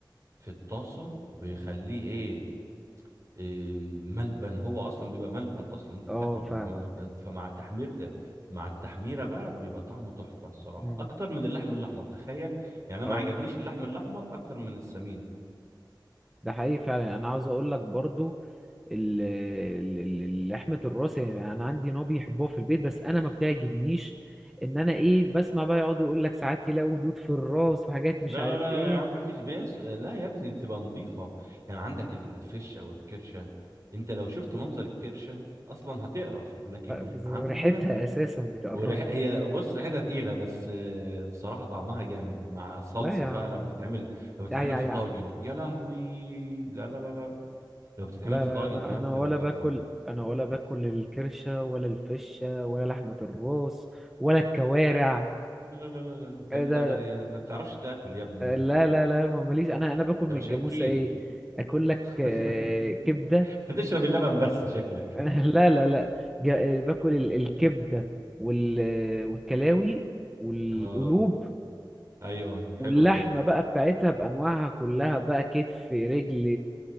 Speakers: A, on the right; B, in the centre.
A: في الطاسه بخليه ايه إيه، ملبن هو اصلا بيبقى ملبن اصلا انت
B: اه
A: بتاكله
B: فاهمك
A: بيبقى ملبن فمع التحمير ت- مع التحميره بقى بيبقى طعمه تحفه الصراحه
B: مم.
A: اكتر من اللحم الاحمر تخيل يعني انا ما
B: اه
A: عجبنيش اللحم الاحمر اكتر من السمين
B: ده حقيقي فعلا يعني انا عاوز اقول لك برضو ال- ال- ال- ال- لحمة الراس يعني انا عندي نوع بيحبوها في البيت بس انا ما بتعجبنيش ان انا ايه بسمع بقى يقعد يقول لك ساعات يلاقوا دود في الراس وحاجات
A: لا
B: مش عارف
A: لا لا
B: ايه
A: يا عم مفيش بيس لا يا ابني بتبقى نظيفة يعني عندك الفشة والكرشة انت لو شفت منظر الكرشة اصلا هتقرف لكن
B: ف- بس
A: عندنا
B: ريحتها
A: احنا
B: اساسا بتقرفني
A: وريح هي بص ريحتها تقيلة بس آه، بصراحة طعمها جامد مع الصلصة
B: لا يا
A: بقى
B: عم
A: لو بتتعمل لو بتتعمل
B: يا يا
A: في
B: يا
A: طاجن يا لهوي لا لا لا لا لو بتتعمل
B: لا
A: في
B: لا
A: طاجن
B: انا
A: كمان
B: انا
A: بتبقى
B: ولا
A: تحفة
B: باكل انا ولا باكل الكرشة ولا الفشة ولا لحمة الراس ولا الكوارع
A: لا لا لا لا ده
B: إيه
A: انت
B: ده
A: ب... ما بتعرفش تاكل يا ابني
B: لا
A: انت كده
B: لا لا ما- ماليش انا انا باكل
A: انت
B: من
A: مش
B: الجاموسة
A: اكيل
B: ايه اكل لك
A: <laughs>
B: آه، كبدة
A: انت تشرب اللبن بس شكلك
B: <laughs> لا لا لا جا- آه، باكل ال- الكبده وال... آه، والكلاوي والقلوب
A: اه ايوه حلوة
B: واللحمه
A: دي
B: بقى بتاعتها بانواعها كلها بقى كتف رجل